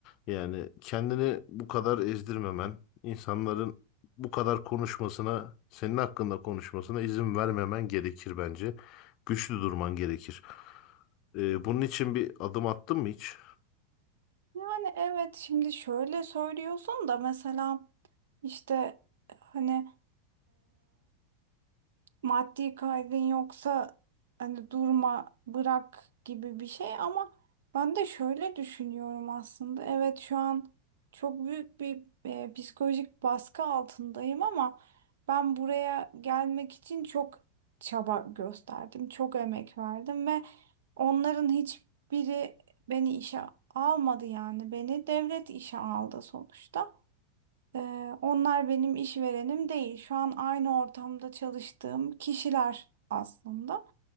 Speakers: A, on the left; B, on the right.
A: Yani kendini bu kadar ezdirmemen, insanların bu kadar konuşmasına, senin hakkında konuşmasına izin vermemen gerekir bence. Güçlü durman gerekir. E, bunun için bir adım attın mı hiç?
B: Yani evet şimdi şöyle söylüyorsun da mesela işte hani maddi kaygın yoksa hani durma bırak gibi bir şey ama ben de şöyle düşünüyorum aslında. Evet şu an çok büyük bir e, psikolojik baskı altındayım ama ben buraya gelmek için çok çaba gösterdim, çok emek verdim ve onların hiçbiri beni işe almadı yani beni devlet işe aldı sonuçta. Ee, onlar benim işverenim değil. Şu an aynı ortamda çalıştığım kişiler aslında.